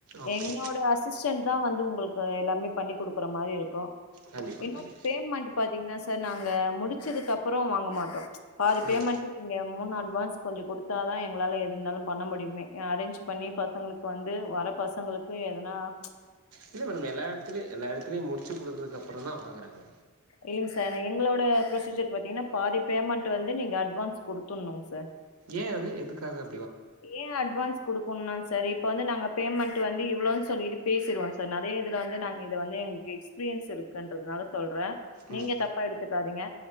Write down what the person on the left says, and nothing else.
என்னோட அஸ் அசிஸ்டன்ட் தா வந்து உங்குளுக்கு எல்லாமே பண்ணி குடுக்குற மாரி இருக்கு
இன்னொரு
பேமெண்ட் பாத்தீங்கன்னா சார் நாங்க முடிச்சதுக்கு அப்புற வாங்க மாட்டோ ப்ச் பாதி பேமெண்ட்
நீங்க முன்ன அட்வான்ஸ் கொஞ்ச குடுத்தாதா எங்களால எதுன்னாலு பண்ண முடியுமே அரேஞ்ச் பண்ணி பசங்களுக்கு வந்து வர பசங்களுக்கு எதனா ப்ச்
இல்லங் சார் எங்களோட ப்ரொசீஜர் பாத்தீங்ன்னா பாதி பேமெண்ட் வந்து நீங்க அட்வான்ஸ் குடுத்துர்ணுங் சார்
ஏ அட்வான்ஸ் குடுக்கணுனா சார் இப் ப்ப வந்து நாங்க பேமெண்ட் வந்து இவ்ளோன்னு சொல்லிட்டு பேசிடுவோ சார் சார் நெறைய இதுல வந்து நாங்க இத வந்து எங்ளுக் எக்ஸ் பீரியன்ஸ் இருக்கன்றதுனால சொல்றே நீங்க
தப்பா எடுத்துக்காதீங்க